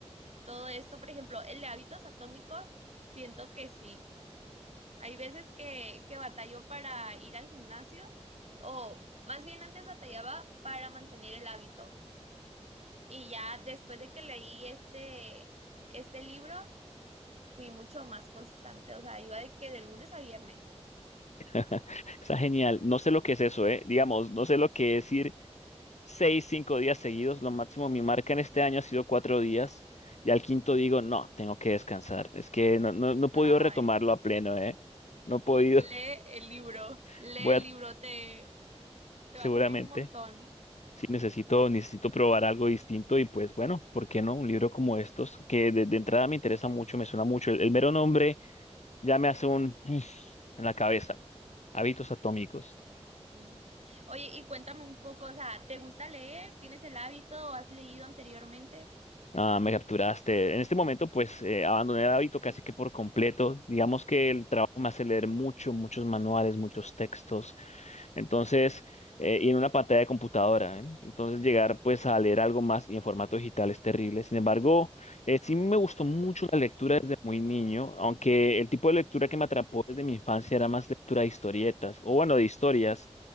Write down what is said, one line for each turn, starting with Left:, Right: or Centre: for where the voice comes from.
Right: todo esto. Por ejemplo, el de hábitos atómicos, siento que sí. Hay veces que, que batallo para ir al gimnasio, o más bien antes batallaba para mantener el hábito. Y ya después de que leí este, este libro, fui mucho más constante. O sea, iba de que de lunes a viernes.
Left: <laughs> Está genial. No sé lo que es eso, ¿eh? Digamos, no sé lo que es ir seis, cinco días seguidos. Lo máximo, mi marca en este año ha sido cuatro días. Y al quinto digo, no, tengo que descansar. Es que no, no, no he podido
Right: Ay,
Left: retomarlo a pleno, ¿eh? No he podido.
Right: lee el libro,
Left: <laughs>
Right: lee
Left: Voy
Right: el
Left: a,
Right: libro, te, te
Left: seguramente,
Right: va a servir un montón.
Left: sí necesito, necesito probar algo distinto. Y pues bueno, ¿por qué no? Un libro como estos, que de, de entrada me interesa mucho, me suena mucho. el el mero nombre. Ya me hace un <laughs> en la cabeza. Hábitos atómicos.
Right: Sí. sí. Oye, y cuéntame un poco, o sea, ¿te gusta leer? ¿Tienes el hábito o has leído anteriormente?
Left: Ah, me capturaste. En este momento, pues, eh, abandoné el hábito casi que por completo. Digamos que el trabajo me hace leer mucho, muchos manuales, muchos textos. Entonces, eh, y en una pantalla de computadora, ¿eh? Entonces, llegar pues a leer algo más y en formato digital es terrible. Sin embargo, eh, sí me gustó mucho la lectura desde muy niño, aunque el tipo de lectura que me atrapó desde mi infancia era más lectura de historietas, o bueno, de historias,